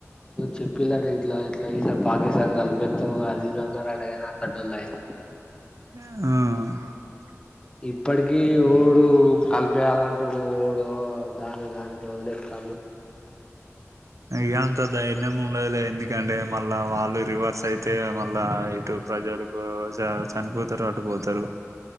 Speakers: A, on the left; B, on the right.
A: చెప్పిళట ఇట్లా ఎట్లా ఈసారి పాకిస్తాన్ను కలిపేస్తాం అది ఇది అన్నారటగాని అంత డొల్ల అయిది
B: ఆ
A: ఇప్పటికి ఓడు కలిపేయాలంటాడు ఓడు దాని దాన్ని <unintelligible> అ అ తను
B: ఇక అంత ధైర్యం ఉండదులేదు ఎందుకంటే మళ్ళా వాళ్ళు రివర్స్ అయితే మళ్ళా ఇటు ప్రజలకు చనిపోతారు అటుపోతారు